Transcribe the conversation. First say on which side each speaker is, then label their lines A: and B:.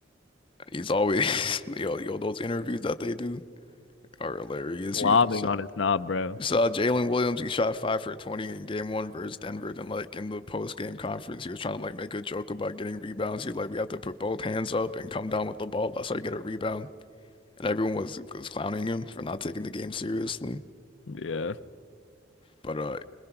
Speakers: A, on the left; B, on the left.
A: He's always, <laughs> yo, yo, those interviews that they do are hilarious.
B: lobbing
A: You, so
B: on his knob, bro.
A: You saw Jalen Williams, he shot five for 20 in game one versus Denver. Then, like, in the post game conference, he was trying to, like, make a joke about getting rebounds. He's like, we have to put both hands up and come down with the ball. That's how you get a rebound. And everyone was, was clowning him for not taking the game seriously.
B: Yeah,
A: But, uh,